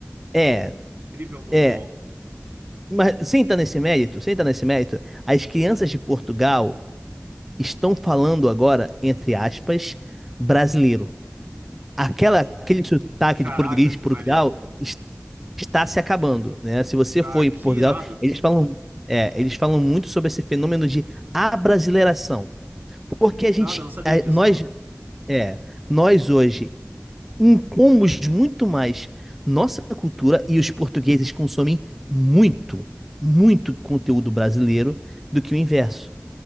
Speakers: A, in the centre; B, on the right.
A: é,
B: incrível mongol.
A: é. Mas sem estar nesse mérito, sem estar nesse mérito, as crianças de Portugal estão falando agora, entre aspas, brasileiro. aquela, aquele sotaque
B: Caraca,
A: de português de
B: que
A: Portugal
B: maneiro.
A: es- está se acabando, né? Se você
B: Ca-
A: foi para
B: Que
A: Portugal,
B: irado.
A: eles falam, é, eles falam muito sobre esse fenômeno de abrasileiração, porque
B: Que
A: a
B: irado,
A: gente,
B: eu não sabia
A: é,
B: disso,
A: nós,
B: não.
A: é, nós hoje impomos muito mais nossa cultura e os portugueses consomem muito, muito conteúdo brasileiro do que o inverso,